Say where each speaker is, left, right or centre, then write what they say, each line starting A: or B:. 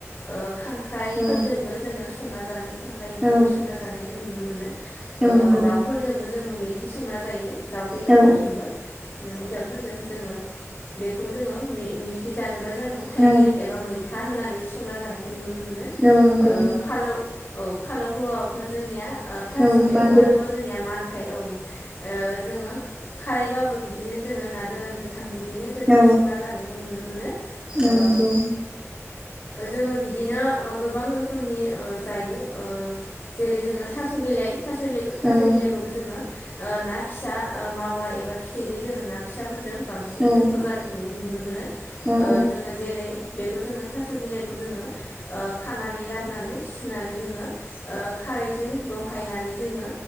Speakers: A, on the left; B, on the right.
A: ओ खांख्राइफोरजोंबो
B: औ
A: जोङो संना जानाय खांख्राइ, एखावरि
B: औ
A: संना जानाय जों नुनो मोनो
B: औ नंगौ
A: दाउफोरजोंबो जोङो संना जायो दाउ बेदरफोरजोंबो
B: औ
A: न'नि दाउफोरजों जोङो बेखौ जोङो मेखि जानोबा जोङो थाइगिर
B: औ
A: एबा मैथा होनानै <unintelligible> संना जानायखौ नुनो मोनो
B: औ नंगौ
A: ओ फालौ औ फालौ हौआबाथ' जोंनिया थास'
B: औ
A: मैगङाथ'
B: मा
A: जोंनिया मानखायो औ जोङो खारैबाबो बिदिनो जोङो ना गोरान गोथां बिदिनो जोङो
B: होनगोन औ
A: संना जानायखौ नुनो मोनो। ओ
B: औ नंगौ।
A: जोङो बिदिनो गोबां रोखोमनि जायो जेरै जोङो थास' बिलाइ थास'
B: औ
A: बिलाइखौबो जोङो ना फिसा ओ मावा एबा फिथिंख्रि दोङो ना फिसाफोरजों बांसिन
B: औ नंगौ
A: गोथाव जानायखौ नुनो मोनो।
B: औ
A: ओ जोङो जेरै बेखौ जोङो थास' बिलाइखौ जोङो खानानै लाबोनानै सुनानै जोङो खारैजों रहायनानै जोङो